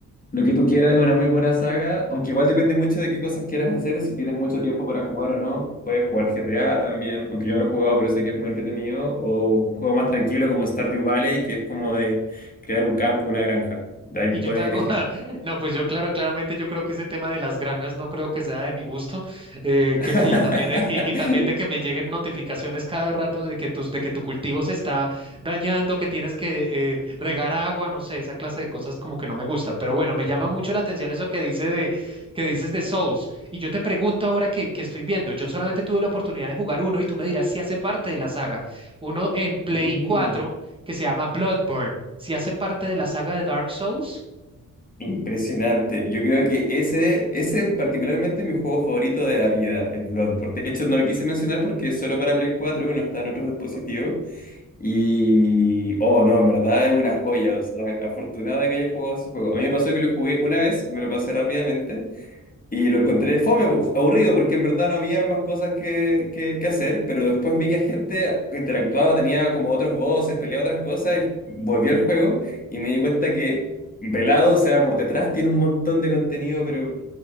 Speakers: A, on the left; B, on the right.
A: lo que tú quieras es una muy buena saga, aunque igual depende mucho de qué cosas quieras hacer, si tienes mucho tiempo para jugar o no. Puedes jugar GTA también, aunque yo no lo he jugado, pero sé que es muy entretenido. O un juego más tranquilo como Stardew Valley, que es como de crear un campo, una granja. De ahí
B: Y yo
A: puedes
B: te hago,
A: elegir.
B: <laughs> no, pues yo claro, claramente yo creo que ese tema de las granjas no creo que sea de mi gusto, eh,
A: <laughs>
B: que me- y también de, y, y también de que me lleguen notificaciones cada rato de que tus, de que tu cultivo se está dañando, que tienes que eh, regar agua, no sé, esa clase de cosas como que no me gustan. Pero bueno, me llama mucho la atención eso que dice de, que dices de Souls. Y yo te pregunto ahora que, que estoy viendo, yo solamente tuve la oportunidad de jugar uno y tú me dirás si hace parte de la saga. Uno en Play
A: Mm,
B: 4 que se llama Bloodborne. ¿Si hace parte de la saga de Dark Souls?
A: impresionante. Yo creo que ese, ese particularmente es mi juego favorito de la vida, el Bloodborne. De hecho, no lo quise mencionar porque es solo para Play cuatro no está en otros dispositivos. Y, oh, no, en verdad es una joya, o sea, afortunado de que haya jugado ese juego. A mí me pasó que lo jugué una vez, me lo pasé rápidamente y lo encontré fome, po- aburrido, porque en verdad no había más cosas que, que, que hacer, pero después vi que gente interactuaba, tenía como otros voces, peleaba otras cosas y volví al juego y me di cuenta que Velado, o sea, por detrás tiene un montón de contenido, pero